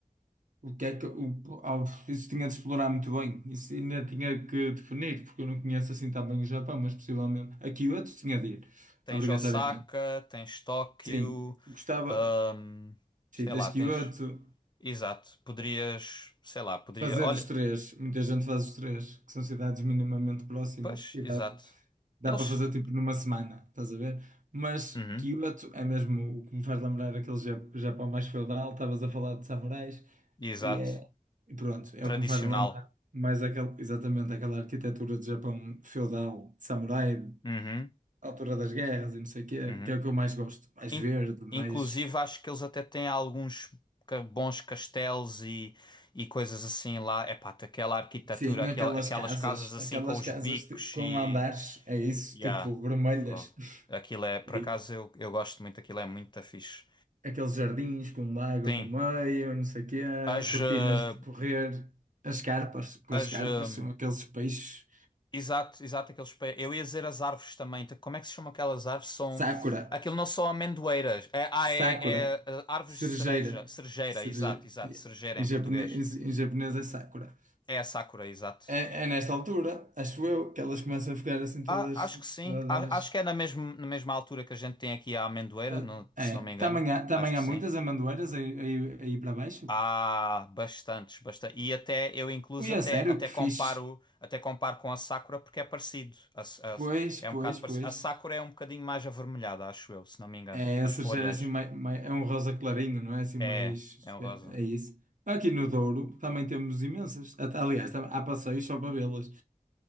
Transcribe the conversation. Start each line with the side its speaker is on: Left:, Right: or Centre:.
Right: O que é que o, ao- isso tinha de explorar muito bem, isso ainda tinha que definir, porque eu não conheço assim tão bem o Japão, mas possivelmente a Kyoto tinha de ir,
Left: Tens
Right: obrigatoriamente.
Left: Osaka, tens Tóquio,
Right: Sim, gostava.
Left: hum, sei
Right: Sim, tens
Left: lá,
Right: Kyoto,
Left: tens. Exato. Poderias, sei lá, poderia.
Right: fazer
Left: Olha,
Right: os três. Muita gente faz os três, que são cidades minimamente próximas
Left: pois,
Right: e
Left: exato.
Right: dá, dá
Left: Eles.
Right: para fazer tipo numa semana, estás a ver? Mas
Left: Uhum,
Right: Kyoto é mesmo o que me faz lembrar aquele Ja- Japão mais feudal, estavas a falar de samurais
Left: exato.
Right: e é. E pronto, é
Left: Tradicional.
Right: o que me faz lembrar mais aquele, exatamente aquela arquitetura de Japão feudal, de samurai,
Left: Uhum,
Right: altura das guerras e não sei o quê,
Left: uhum.
Right: que é o que eu mais gosto. Mais
Left: In-
Right: verde, mais
Left: inclusive, acho que eles até têm alguns ca- bons castelos e, e coisas assim lá. Epá, aquela arquitetura,
Right: Sim,
Left: aquela,
Right: aquelas
Left: aquelas
Right: casas,
Left: casas assim
Right: aquelas
Left: com os
Right: casas
Left: bicos
Right: tipo, com
Left: e.
Right: andares, é isso,
Left: Yeah.
Right: tipo vermelhas.
Left: Fogo. Aquilo é, por
Right: E
Left: acaso eu, eu gosto muito, aquilo é muito fixe.
Right: aqueles jardins com um lago
Left: Sim,
Right: no meio, não sei o quê,
Left: as,
Right: cortinas
Left: eh,
Right: de correr, as carpas, com
Left: as,
Right: as carpas
Left: eh,
Right: são aqueles peixes.
Left: exato, exato, aqueles pés. Eu ia dizer as árvores também. Então, Como é que se chamam aquelas árvores? São,
Right: Sakura,
Left: aquilo não são amendoeiras. É, ah,
Right: Sakura,
Left: é, é, eh, árvores
Right: cerejeira,
Left: de cereja, cerejeira,
Right: cerejeira.
Left: exato, exato,
Right: Yeah.
Left: cerejeira
Right: Em
Left: em
Right: japonês,
Left: português.
Right: em japonês é Sakura.
Left: É a sakura, exato.
Right: É, é nesta altura, acho eu, que elas começam a ficar assim todas,
Left: Ah, acho que sim.
Right: todas.
Left: A- acho que é na mesma, na mesma altura que a gente tem aqui a amendoeira,
Right: Ah,
Left: no-
Right: É,
Left: se não
Right: também
Left: me engano.
Right: há, também
Left: Acho que
Right: há
Left: sim.
Right: muitas amendoeiras aí, aí, aí para baixo.
Left: Ah, bastantes, bastante. E até eu incluso
Right: Ui,
Left: até
Right: a sério,
Left: até
Right: que
Left: comparo,
Right: fixe.
Left: até comparo com a Sakura porque é parecido. A a
Right: Pois,
Left: é
Right: pois,
Left: um bocado parecido.
Right: pois.
Left: A Sakura é um bocadinho mais avermelhada, acho eu, se não me engano.
Right: É,
Left: As
Right: a cerejeira
Left: folhas
Right: assim, mai- mai- é um rosa clarinho, não é? Assim, mais.
Left: é é um rosa.
Right: É é isso. Aqui no Douro também temos imensas. Até- Aliás, tam- há passeios só para vê-las.